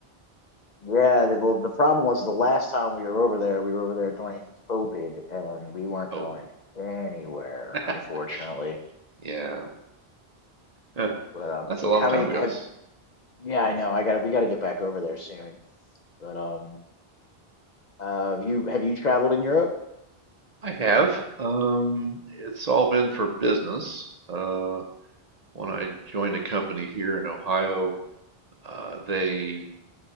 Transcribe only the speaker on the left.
Yeah, the the the problem was the last time we were over there, we were over there during COVID, and we weren't
going anywhere,
unfortunately.
But um,
how
many
have?
Yeah, I know. I got to we got to get back over there soon. But um, uh, have you have you traveled in Europe?